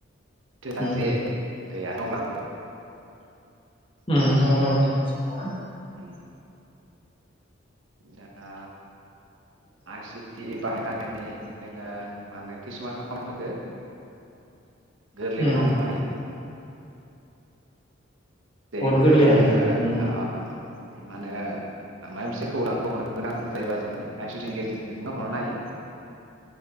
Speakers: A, on the right; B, on the left.
A: थोजासे
B: उम।
A: गैया दंब्लाबो।
B: ओम दंब्लाबोथ' नङा।
A: उम दा। आइ सिटि बाहायनानै। नोङो मा होनो किसुमान खामानिफोरखो। गोरलैयैनो
B: उम
A: मावनो हायो। <inaudible> जेरैबादि
B: बहुद गोरलै
A: जोङो
B: हायो उम
A: ओ ओ। मा होनो माबा मोनसे खौरांखौ होनरो गोनां जायोबा जोङो आइसुटि नि गेजेरजोंनो हरनो हायो।